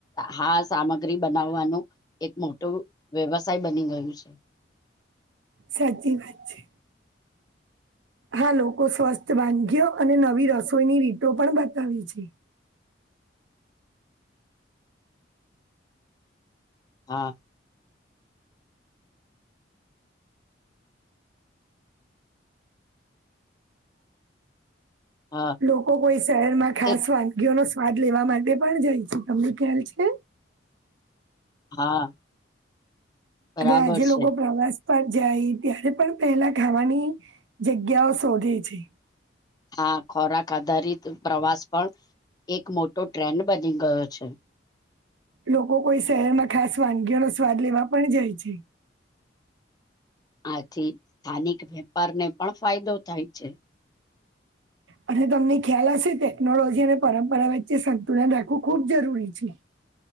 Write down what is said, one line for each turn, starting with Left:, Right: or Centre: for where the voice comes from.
Left: હા સામગ્રી બનાવવાનું એક મોટો વ્યવસાય બની ગયું છે <inaudible>
Right: સાચી વાત છે હા લોકો સ્વસ્થ વાનગીયો અને નવી રસોઈની રીતો પણ બતાવી છે
Left: હા હા
Right: લોકો કોઈ શહેર માં ખાસ
Left: એક
Right: વાનગીઓ ન સ્વાદ લેવા માટે પણ જાય છેું તમને ખ્યાલ છે
Left: હા બરાબર
Right: અને આજે
Left: છે
Right: લોકો પ્રવાસ પન જાય ત્યારે પણ પહેલા ખાવાની જગ્યાઓ શોધે છે
Left: હા ખોરાક આધારિત પ્રવાસ પણ એક મોટો ટ્રેન્ડ બની ગયો છે
Right: લોકો કોઈ શહેરમાં ખાસ વાનગીઓ નો સ્વાદ લેવા પણ જાય છે
Left: આથી સ્થાનિક વેપારને પણ ફાયદો થાય છે <inaudible>
Right: અને તમને ખ્યાલ હશે ટેકનોલોજી અને પરંપરા વચ્ચે સંતુલન રાખવું ખૂબ જરૂરી છે